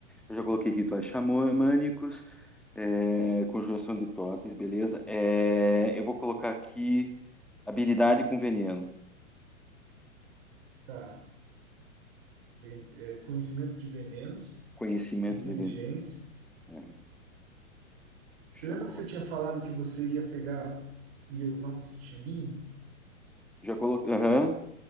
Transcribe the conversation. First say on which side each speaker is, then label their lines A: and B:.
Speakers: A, in the centre; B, on the right (about 50°).
A: Eu já coloquei rituais xamânicos, é, conjuração de totens, beleza. É, eu vou colocar aqui habilidade com veneno,
B: Tá. Ven- é, conhecimento de venenos,
A: conhecimento
B: inteligência.
A: de veneno. É, deixa
B: Você lembra
A: eu já coloquei.
B: que você tinha falado que você ia pegar, ia usar um estilingue?
A: Já coloquei. Aham,